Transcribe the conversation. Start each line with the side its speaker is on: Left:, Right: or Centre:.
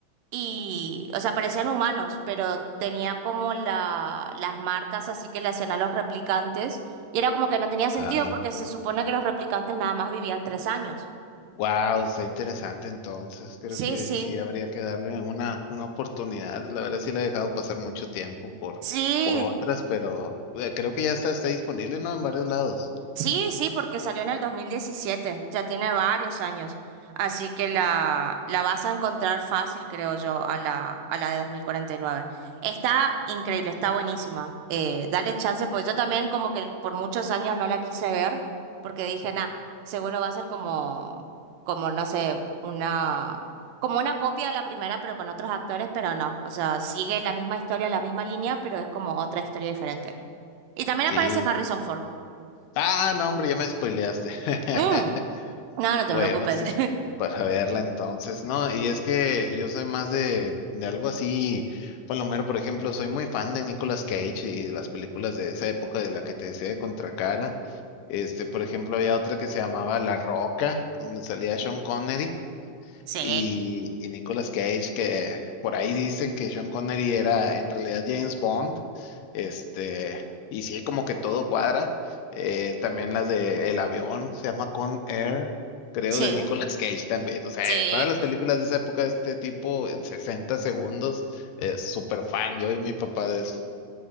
Right: y, o sea, parecían humanos, pero tenía como la, las marcas así que le hacían a los replicantes, y era como que no tenía sentido
Left: Ah,
Right: porque se supone que los replicantes nada más vivían tres años.
Left: wow, está interesante entonces. Creo
Right: Sí,
Left: que
Right: sí.
Left: sí habría que darle una, una oportunidad. La verdad sí la he dejado pasar mucho tiempo por,
Right: Sí,
Left: por otras, pero eh, creo que ya está, está disponible, ¿no? En varios lados.
Right: Sí, sí, porque salió en el 2017, ya tiene varios años, así que la, la vas a encontrar fácil, creo yo, a la, a la de 2049. Está increíble, está buenísima. Eh, dale chance, pues yo también como que por muchos años no la quise ver, porque dije, nah, seguro va a ser como, como, no sé, una, como una copia de la primera, pero con otros actores, pero no, o sea, sigue la misma historia, la misma línea, pero es como otra historia diferente. Y también
Left: Sí.
Right: aparece Harrison Ford.
Left: Ah, no, hombre, ya me spoileaste. <laughs>
Right: Mm. No, no te
Left: Bueno,
Right: preocupes.
Left: pues,
Right: <laughs>
Left: para verla entonces, ¿no? Y es que yo soy más de, de algo así, Palomero, por ejemplo, soy muy fan de Nicolas Cage y las películas de esa época de la que te decía de Contracara. Este, por ejemplo, había otra que se llamaba La Roca, donde salía Sean Connery
Right: Sí,
Left: y, y Nicolas Cage, que por ahí dicen que Sean Connery era en realidad James Bond, este, y sí, como que todo cuadra. Eh, también las de El avión, se llama Con Air, creo,
Right: sí,
Left: de Nicolas Cage también. O sea,
Right: sí.
Left: en todas las películas de esa época de este tipo, en 60 segundos, eh, súper fan, yo y mi papá de eso.